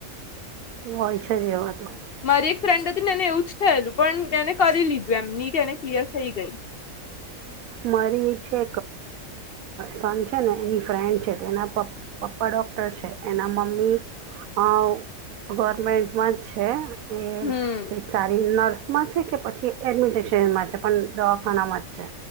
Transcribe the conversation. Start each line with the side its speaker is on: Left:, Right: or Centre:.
Right: હોય છે જ એવા તો
Left: મારી એક ફ્રેન્ડ હતી ને એને એવું જ થયેલું પણ એને કરી લીધું એમ એની નિટ ક્લિયર થઈ ગઈ
Right: મારી છે સન છે ને એની ફ્રેન્ડ છે એના પપ્પા પપ્પા ડોક્ટર છે એના મમ્મી અ ગવર્મેન્ટમાં જ છે એ
Left: હમ
Right: કંઈક સારી નર્સમાં છે કે પછી એડમિનિસ્ટ્રેશનમાં છે પણ દવાખાનામાં જ છે